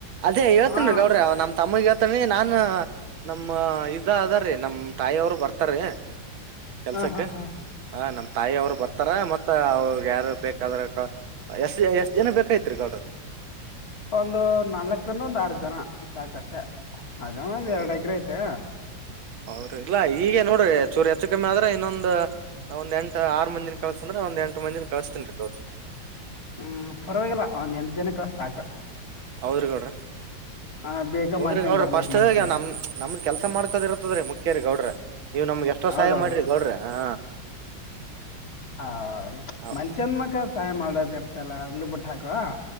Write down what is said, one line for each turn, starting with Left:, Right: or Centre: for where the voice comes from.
Right: ಅದೇ ಹೇಳ್ತಿನಿ
Left: ಹಾ
Right: ಗೌಡ್ರೆ ನಮ್ ತಮ್ಮಂಗ್ ಹೇಳ್ತಿನಿ ನಾನು ನಮ್ಮ ಇದ ಅದಾರೀ ನಮ್ ತಾಯಿಯವರು ಬರ್ತಾರೆ ಕೆಲ್ಸಕ್ಕೆ
Left: ಹಾ ಹಾ ಹಾ
Right: ಹಾ ನಮ್ ತಾಯಿಯವ್ರು ಬರ್ತಾರ ಮತ್ತ ಅವ್ರ್ ಬ್ಯಾರೇದ್ ಬೇಕಾದ್ರೆ ಅಕ್ಕ <unintelligible> ಜನ ಬೇಕಾಗಿತ್ರಿ ಗೌಡ್ರ
Left: ಒಂದು ನಾಲ್ಕರಿಂದ ಒಂದಾರ್ ಜನ ಸಾಕಷ್ಟೆ ಅದು ಒಂದ್
Right: ಹೌದು
Left: ಎರ್ಡ್ ಎಕ್ರೆ ಐತೆ
Right: ಹೌದ್ರಿ ಇಲ್ಲಾ ಈಗೆ ನೋಡ್ರಿ ಚೂರು ಹೆಚ್ಚು ಕಮ್ಮಿ ಆದ್ರೆ ಇನ್ನೊಂದ್ ಒಂದ್ ಎಂಟ ಆರು ಮಂದಿನ್ ಕಳ್ಸಂದ್ರ ಒಂದ್ ಎಂಟು ಮಂದಿನ್ ಕಳಸ್ತೀನಿ ಗೌಡ್ರೆ.
Left: ಹ್ಮ್ ಪರವಾಗಿಲ್ಲ ಒಂದ್ ಎಂಟು ಜನ ಕಳ್ಸ್ ಸಾಕ
Right: ಹೌದ್ರಿ ಗೌಡ್ರೆ
Left: ಆ, ಬೇಗ
Right: ಹೌದ್ರಿ
Left: ಮಾಡ್ಕೊಂಡ್
Right: ಗೌಡ್ರೆ
Left: ಬರ್ಲಕ್
Right: ಫಸ್ಟಿಗ್
Left: ಮನೆ ಕಡೆ
Right: ನಮ್ ನಮ್ದ್ ಕೆಲ್ಸ ಮಾಡ್ಕೋದ್ ಇರ್ತದ್ರೀ ಮುಖ್ಯರಿ ಗೌಡ್ರೆ ನೀವ್ ನಮಗ್ ಎಷ್ಟೋ
Left: ಹೌದೌದು
Right: ಸಹಾಯ ಮಾಡಿರಿ ಗೌಡ್ರೆ ಹಾ
Left: ಹಾ
Right: ಹೌ-
Left: ಮನ್ಶನ್ ಮಕ ಸಹಾಯ ಮಾಡದಿರ್ <unintelligible>